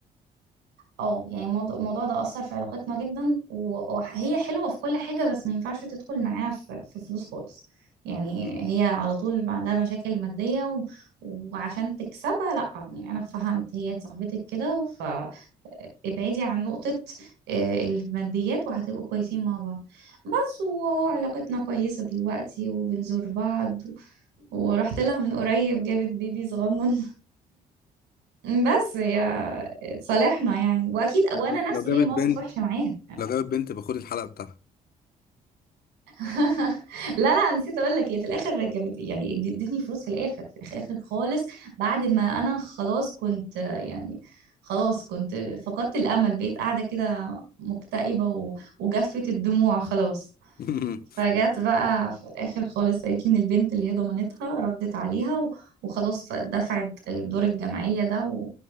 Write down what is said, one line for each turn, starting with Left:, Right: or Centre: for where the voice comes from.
Right: اه يعني الموضوع الموضوع ده أثر في علاقتنا جدا و- وهي حلوة في كل حاجة بس ما ينفعش تدخل معاها في في فلوس خالص يعني
Left: مم.
Right: هي على طول عندها مشاكل مادية و... وعشان تكسبها لا يعني أنا فهمت هي دي صاحبتك كده ف ابعدي عن نقطة آه، الماديات وهتبقوا كويسين مع بعض بس وهو علاقتنا كويسة دلوقتي وبنزور بعض و... ورحت لها من قريب جابت بيبي صغنن بس هي اتصالحنا يعني واكيد وانا نفسي
Left: لو جابت
Right: ليا مواقف
Left: بنت
Right: وحشه معاها
Left: لو جابت بنت باخد الحلقة بتاعها
Right: <laughs> لا لا نسيت اقول لك هي في الاخر رجبت يعني ادتني فلوس في الاخر في الاخر خالص بعد ما انا خلاص كنت يعني خلاص كنت فقدت الامل بقيت قاعده كده مكتئبه و- وجفت الدموع خلاص
Left: <laughs>
Right: فجت بقى في الاخر خالص قالت لي ان البنت اللي هي ضمنتها ردت عليها و- وخلاص دفعت دور الجمعية ده و...